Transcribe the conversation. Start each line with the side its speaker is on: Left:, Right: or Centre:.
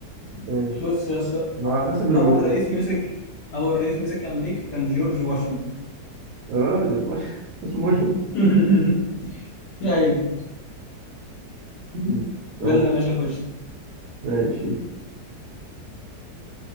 Right: ماشي
Left: بص يا اسطى
Right: ما على حسب الولاية
Left: اول رئيس مسك اول رئيس مسك امريكا كان جورج واشنطن
Right: يا راجل <laughs> اسمه
Left: <laughs>
Right: مش أنت
Left: ايوه
Right: م، يلا.
Left: يلا يا باشا خش
Right: ماشي